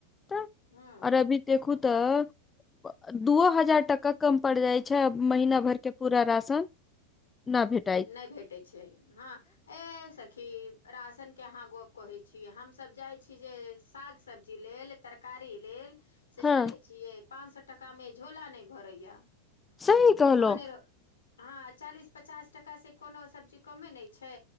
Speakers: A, on the left (about 15°); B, on the left (about 70°).
A: तऽ
B: हँ
A: आओर अभी देखू तऽ दूओ हजार टाका कम पड़ जाइ छै महीना भर के पूरा राशन नऽ भेट
B: नहि भेटैत छै हँ ए सखी राशनके अहाँ गप कहै छी हमसभ जाइ छी जे साग सब्जी लेल तरकारी लेल से
A: हँ
B: जानै छियै पाच सौ टाका मे झोला नहि भरै यऽ
A: सही कहलौं
B: ओनेरो हँ चालीस पचास टक से कोनो सब्जी कमे नहि छै